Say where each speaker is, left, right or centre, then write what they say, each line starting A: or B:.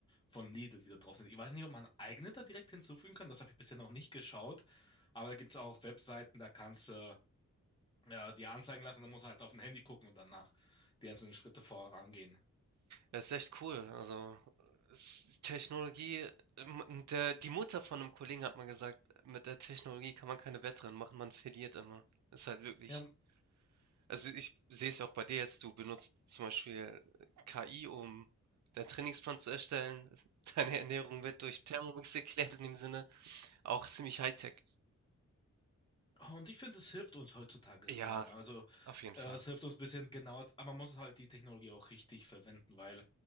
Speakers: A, on the left; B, on the right.
A: von Lidl, die da drauf sind. Ich weiß nicht, ob man eigene da direkt hinzufügen kann, das habe ich bisher noch nicht geschaut, aber da gibt es auch Webseiten, da kannst du äh, dir anzeigen lassen, dann musst du halt auf dem Handy gucken und danach die einzelnen Schritte vorangehen.
B: Das ist echt cool. Also, ist Technologie ähm, der die Mutter von einem Kollegen hat mal gesagt: „Mit der Technologie kann man keine Wettrennen machen, man verliert immer.“ Ist halt wirklich
A: Ja,
B: also, ich sehe es ja auch bei dir jetzt, du benutzt zum Beispiel KI, um deinen Trainingsplan zu erstellen. <laughs> Deine Ernährung wird durch Thermomix geklärt in dem Sinne, auch ziemlich High Tech.
A: Ah, Und ich finde, es hilft uns heutzutage
B: Ja,
A: sehr. Ne? Also
B: auf jeden Fall.
A: äh, es hilft uns ein bisschen genauer, aber man muss halt die Technologie auch richtig verwenden, weil